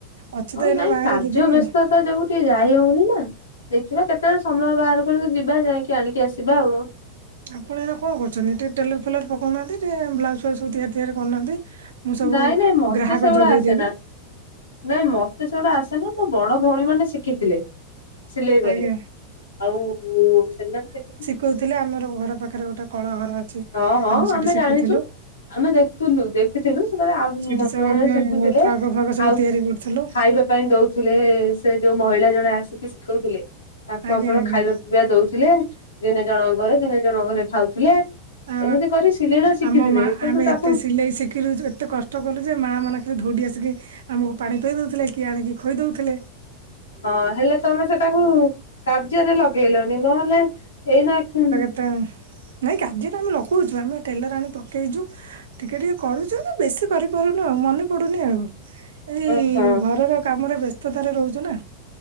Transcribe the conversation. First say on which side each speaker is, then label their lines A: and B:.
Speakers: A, on the right; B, on the left.
A: ଅଛି
B: ହଉ
A: ତ ଏଇନା
B: ନାଇଁ
A: ବାହାଘର
B: କାର୍ଯ୍ୟ
A: ଦି ଦିନି
B: ବ୍ୟସ୍ତତା
A: ଆଉ।
B: ଯୋଉ ଟିକେ ଯାଇ ହଉନି ନା। ଦେଖିବା କେତେବେଳେ ସମୟ ବାହାର କରିକି ଯିବା ଯାଇକି ଆଣିକି ଆସିବା ଆଉ।
A: ଆପଣ ଏବେକଣ କରୁଛନ୍ତି? ଟିକେ ଟେଲର ଫେଲର ପକଉନାହାନ୍ତି ଟିକେ ବ୍ଲାଉଜ ଫ୍ଲାଉଜ ତିଆରି କରୁନାହାନ୍ତି। ମୁଁ ସବୁ
B: ନାଇଁ ନାଇଁ ମତେ
A: ଗ୍ରାହକ
B: ସେଗୁଡା
A: ଯୋଗେଇଦେବି।
B: ଆସେନା ନାଇଁ ମତେ ସେଗୁଡା ଆସେନି ମୋ ବଡ ଭଉଣୀ ମାନେ ଶିଖିଥିଲେ। ସିଲେଇ କରିବା,
A: ଆଜ୍ଞା
B: ଆଉ ସେମାନେ ସିକି
A: କହୁଥିଲେ ଆମର ଘର ପାଖରେ ଗୋଟେ କଳ ଘର ଅଛି,
B: ହଁ ହଁ
A: ଆମେ ସେଇଠି ଶିଖୁଥିଲୁ।
B: ଜାଣିଛୁ ଆମେ ଦେଖୁଥିଲୁ ଦେଖିଥିଲୁ ସେତେବେଳେ ଆଉ ମାନେ
A: ସେଠି ସବୁ ଆମେ
B: ଦେଖୁଥିଲେ,
A: ଫ୍ରକ ଫ୍ରକ ସବୁ
B: ଖାଉ
A: ତିଆରି କରୁଥିଲୁ।
B: ଖାଇବା ପାଇଁ ଦଉଥିଲେ ସେ ଯୋଉ ମହିଳା ଜଣେ ଆସିକି ଶିଖଉଥିଲେ, ତାକୁ
A: ଆଜ୍ଞା
B: ଆପଣ
A: ଆଜ୍ଞା
B: ଖାଇବା ଇବା ଦଉଥିଲେ ଦିନେ ଜଣକ ଘରେ ଦିନେ ଜଣକ ଘରେ ଖାଉଥିଲେ।
A: ଆ
B: ଏମିତି କରି ସିଲେଇ ଟା ଶିଖିଥିଲେ
A: ଆମ ମା
B: କିନ୍ତୁ
A: ଆମେ
B: ତାକୁ
A: ଏତେ ସିଲେଇ ଶିଖିଲୁ, ଯୋ ଏତେ କଷ୍ଟ କଷ୍ଟ କଲୁ ଯେ ମାଆ ମାନେ ଖାଲି ଧୌଡ଼ି ଆସିକି ଆମକୁ ପାଣି ପିଆଇଦେଉଥିଲେ କିଏ ଆଣିକି ଖୋଇ ଦେଉଥିଲେ।
B: ହଁ ହେଲେ ତମେ ସେଟାକୁ କାର୍ଯ୍ୟରେ ଲଗେଇଲନି ନହେଲେ, ଏଇନା ଉ
A: ତ ନାଇଁ କାଯ୍ୟରେ ଆମେ ଲଗଉଚୁ ଆମେ ଟେଲର ଆଣି ପକେଇଚୁ। ଟିକେ ଟିକେ କରୁଚୁ ବେଶୀ କରିପାରୁନୁ ଆଉ ମନେ ପଡୁନି ଆଉ। ଏଇ
B: ଓହୋ।
A: ଘରର କାମରେ ବ୍ୟସ୍ତତାରେ ରହୁଚୁ ନା।